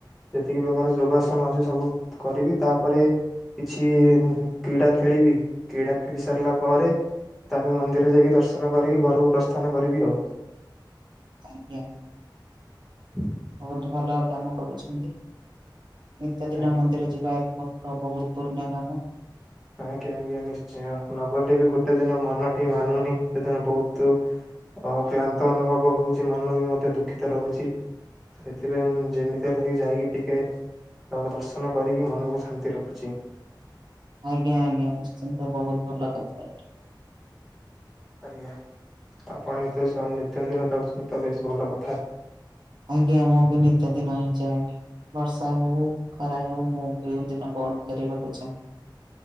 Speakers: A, in the centre; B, on the right.
A: ଯେତିକି ପ୍ରକାର ଯୋଗାସନ ଅଛି ସବୁ କରିବି ତାପରେ କିଛି ଉଁ କ୍ରୀଡ଼ା ଖେଳିବି କ୍ରୀଡ଼ା ଖେଳି ସାରିଲା ପରେ ତାପରେ ମନ୍ଦିର ଯାଇକି ଦର୍ଶନ କରିକି ଘରକୁ ପ୍ରସ୍ଥାନ କରିବି ଆଉ।
B: ଆଜ୍ଞା।
A: <inaudible>
B: ବହୁତ୍ ଭଲ କାମ କରୁଛନ୍ତି ନିତ୍ୟ ଦିନ
A: ଆଜ୍ଞା
B: ମନ୍ଦିର ଯିବା ଏକ କ ବହୁତ୍ ପୁନ୍ୟ କାମ।
A: ଆଜ୍ଞା ଆଜ୍ଞା ନିଶ୍ଚୟ ନ ଗଲେ ବି ଗୋଟେ ଦିନ ମନ ଟି ମାନୁନି ସେଦିନ ବହୁତୁ ଓ କ୍ଲାନ୍ତ ଅନୁଭବ ହଉଛି ମନ ବି ମଧ୍ୟ ଦୁଃଖିତ ରହୁଛି। ତ ସେଥିପାଇଁ ମୁଁ ଯେମିତି ହେଲେ ବି ଯାଇକି ଟିକେ ତାଙ୍କୁ ଦର୍ଶନ କରିକି ମନକୁ ଶାନ୍ତି ରଖୁଛି।
B: ଆଜ୍ଞା ଆଜ୍ଞା ନିଶ୍ଚିନ୍ତ ବହୁତ ଭଲ କଥା ଏଟା।
A: ଆଜ୍ଞା ଆପଣ ଏତେ ସବୁ ନିତ୍ୟନ୍ଦିନ କରୁଛନ୍ତି ତ ବେଶ୍ ଭଲ କଥା।
B: ଆଜ୍ଞା ମୁଁ ବି ନିତ୍ୟ ଦିନ ହିଁ ଯାଏ। ବର୍ଷା ହେଉ ଖରା ହେଉ ମୁ କେଉଁ ଦିନ ବନ୍ଦ କରିବାକୁ ଚାହେଁ